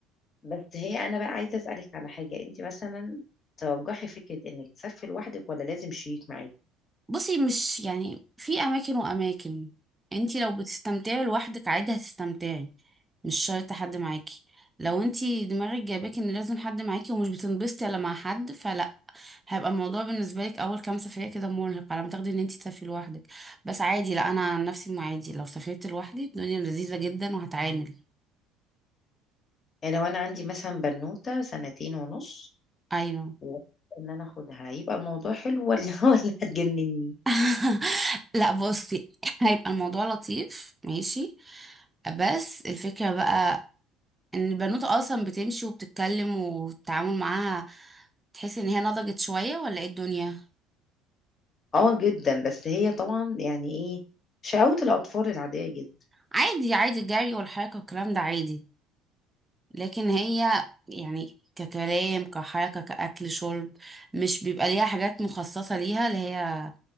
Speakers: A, on the left; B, on the right.
A: بس هي انا بقى عايزه اسالك على حاجه انت مثلا ترجحي فكره انك تسافري لوحدك ولا لازم شريك معاكي
B: بصي مش يعني في اماكن واماكن انتي لو بتستمتعي لوحدك عادي هتستمتعي مش شرط حد معاكي لو انتي دماغك جايباك ان لازم حد معاكي ومش بتنبسطي الا مع حد فلا هيبقى الموضوع بالنسبه لك اول كام سفريه كده مرهق على ما تاخدي ان انت تسافري لوحدك بس عادي لا انا عن نفسي ما عادي لو سافرت لوحدي الدنيا لذيذه جدا وهتعامل
A: يعني لو انا عندي مثلا بنوته سنتين ونص
B: ايوه
A: وان انا اخدها يبقى الموضوع حلو ولا <laughs> ولا هتجنني
B: <laughs> لا بصي هيبقى الموضوع لطيف ماشي بس الفكره بقى ان البنوتة اصلا بتمشي وبتتكلم والتعامل معاها تحس ان هي نضجت شويه ولا ايه الدنيا
A: اه جدا بس هي طبعا يعني ايه شقاوة الاطفال العاديه جدا
B: عادي عادي الجري والحركه والكلام ده عادي لكن هي يعني ككلام كحركة كأكل شرب مش بيبقى ليها حاجات مخصصة ليها اللي هي